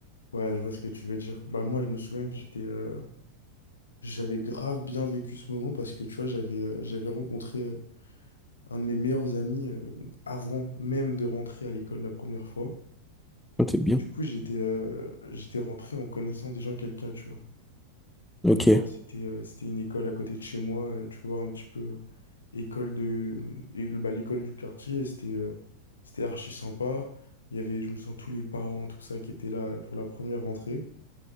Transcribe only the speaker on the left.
Ouais, je vois ce que tu veux dire. Bah, moi, je me souviens que j'étais, euh, j'avais grave bien vécu ce moment parce que, tu vois, j'avais euh, j'avais rencontré euh, un de mes meilleurs amis euh, avant même de rentrer à l'école la première fois.
Et du coup, j'étais euh, j'étais rentré en connaissant déjà quelqu'un, tu vois.
Et moi, c'était euh, c'était une école à côté de chez moi, euh, tu vois, un petit peu. école de et, bah, l'école du quartier c'était euh, c'était archi sympa il y avait je me sens tous les parents tout ça qui étaient là pour la première rentrée